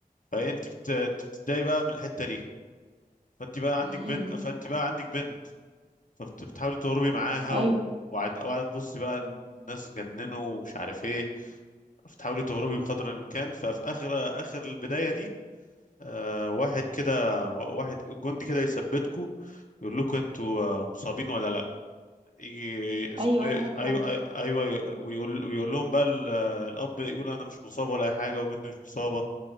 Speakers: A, on the left (about 55°); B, on the right (about 35°).
A: فانت بت... انت بتتضايق بقى من الحته دي فانت بقى عندك
B: امم
A: بنت فانت بقى عندك بنت فبتحاولي تهربي معاها
B: ايوه
A: و... وقعد وقعد تبصي بقى إن الناس اتجننوا ومش عارف ايه بتحاولي تهربي بقدر الامكان ففي اخر اخر البدايه دي آه واحد كده و- واحد جندي كده يثبتكوا يقول لكم انتوا آه، مصابين ولا لا يجي اسمه
B: ايوه
A: ايه
B: ايوه فهمت
A: ايوه ايوه أيوة، ويقول ويقول لهم بقى ال- الاب يقول انا مش مصاب ولا اي حاجه وبنتي مش مصابه